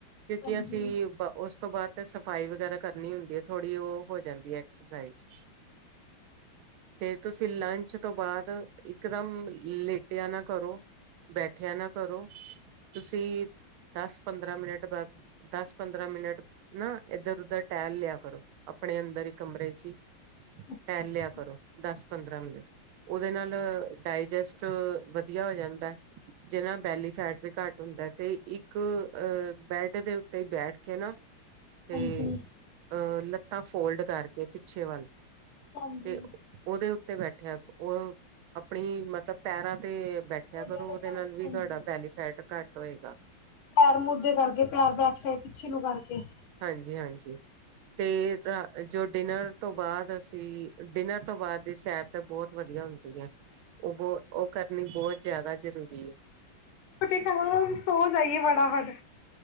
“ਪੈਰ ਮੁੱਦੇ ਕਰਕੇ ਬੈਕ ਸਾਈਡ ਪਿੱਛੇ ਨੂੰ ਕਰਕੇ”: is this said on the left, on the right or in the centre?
Left